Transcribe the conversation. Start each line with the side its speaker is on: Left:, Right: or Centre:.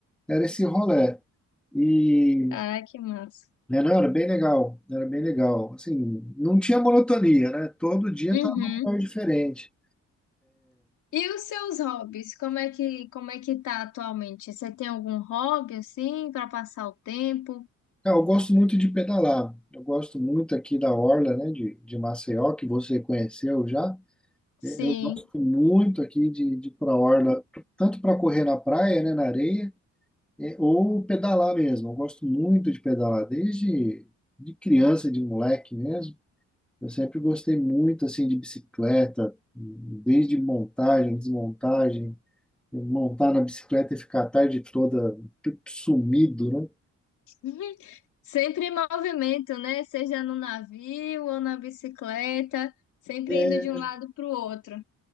Centre: era esse rolê. E
Left: Ai, que massa.
Centre: né, não, era bem legal, era bem legal. Assim, não tinha monotonia, né? Todo dia
Left: Uhum.
Centre: estava num lugar diferente.
Left: E os seus hobbies? Como é que, como é que tá atualmente? Você tem algum hobby assim para passar o tempo?
Centre: Cara, eu gosto muito de pedalar. Eu gosto muito aqui da Orla, né, de, de Maceió, que você conheceu já.
Left: Sim.
Centre: É, Eu gosto muito aqui de, de ir para a Orla, tanto para correr na praia, né, na areia, É, ou pedalar mesmo. Eu gosto muito de pedalar, desde de criança, de moleque mesmo. Eu sempre gostei muito assim de bicicleta, desde montagem, desmontagem, montar na bicicleta e ficar a tarde toda sumido, né?
Left: <laughs> Sempre em movimento, né? Seja no navio ou na bicicleta, sempre
Centre: É,
Left: indo de um lado para o outro.